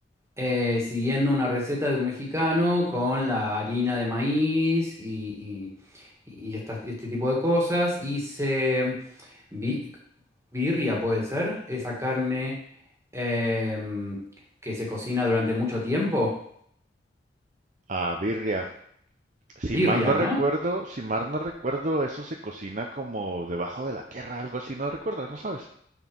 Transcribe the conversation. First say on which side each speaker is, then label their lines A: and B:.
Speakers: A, on the right (about 15°); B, on the right (about 45°).
A: eh, siguiendo una receta de un mexicano con la harina de maíz y, y- y esta- este tipo de cosas. Hice bi- birria, puede ser, esa carne em, que se cocina durante mucho tiempo.
B: Ah, birria. Si
A: Birria,
B: mal no recuerdo,
A: ¿no?
B: si mal no recuerdo, eso se cocina como debajo de la tierra, algo así, ¿no recuerdas? ¿No sabes?